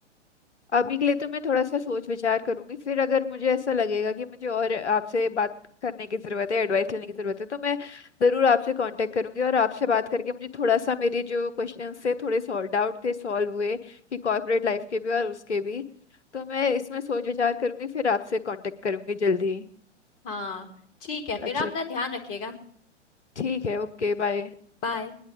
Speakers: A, on the left (about 70°); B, on the left (about 35°).
A: अभी के लिए तो मैं थोड़ा सा सोच विचार करूंगी फिर अगर मुझे ऐसा लगेगा कि मुझे और आपसे बात करने की ज़रूरत है एडवाइस लेने की ज़रूरत है तो मैं ज़रूर आपसे कांटेक्ट करूंगी और आपसे बात करके मुझे थोड़ा सा मेरे जो क्वेश्चन थे थोड़े सॉल्व डाउट थे सॉल्व हुए कि कॉर्पोरेट लाइफ के भी और उसके भी तो मैं इसमें सोच विचार करूंगी फिर आपसे कांटेक्ट करूंगी जल्दी ही।
B: हाँ ठीक है
A: अच्छा
B: फिर अपना ध्यान रखिएगा
A: ठीक है ओके बाय
B: बाय